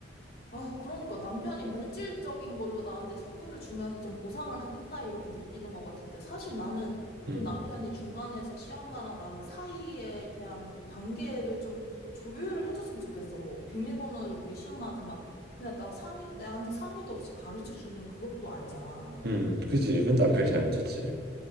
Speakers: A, on the left (about 55°); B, on the right (about 55°).
A: 아, 그러니까 남편이 물질적인 걸로 나한테 선물을 주면서 좀 보상을 한다, 이렇게 느끼는 것 같은데, 사실 나는
B: 음,
A: 좀 남편이 중간에서 시엄마랑 나랑 사이에 대한 그 관계를 좀 조율을 해줬으면 좋겠어. 뭐, 비밀번호를 우리 시엄마한테 막, 그냥 나 상의, 나한테 상의도 없이 가르쳐 주는 그것도 또 아니잖아.
B: 음, 그지. 그건 남편이 잘못했지.